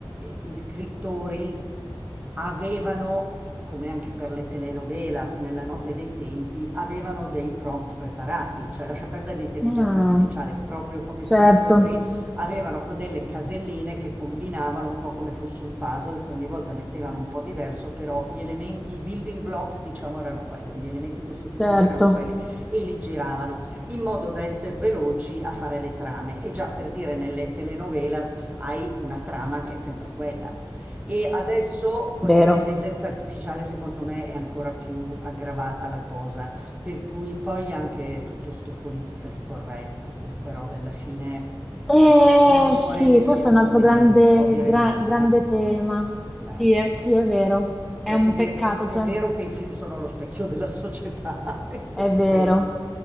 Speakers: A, on the right; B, in the centre.
A: gli scrittori avevano, come anche per le telenovelas nella notte dei tempi, avevano dei prompt preparati, cioè lascia perdere l'intelligenza
B: Ah,
A: artificiale, proprio come
B: certo,
A: scrittori avevano co- delle caselline che combinavano un po' come fosse un puzzle, che ogni volta mettevano un po' diverso, però gli elementi, i building blocks, diciamo, erano quello, gli elementi costitutivi
B: certo,
A: erano quelli e li giravano in modo da essere veloci a fare le trame. E già per dire nelle telenovelas hai una trama che è sempre quella. E adesso con
B: vero.
A: l'intelligenza artificiale, secondo me, è ancora più aggravata la cosa, per cui poi anche tutto sto politically correct, tutte ste robe alla fine
B: Eh,
A: te- vengono fuori
B: sì,
A: dei film,
B: questo è un
A: fammi
B: altro grande,
A: dire, un po' di
B: gra-
A: regime,
B: grande tema.
A: eh?
B: Sì, è,
A: Eh, so.
B: sì, è vero. È
A: Cioè,
B: un
A: è, ve-
B: peccato,
A: è- è
B: cioè,
A: vero che i film sono lo specchio della società <laughs> in tutti
B: è vero,
A: i sensi.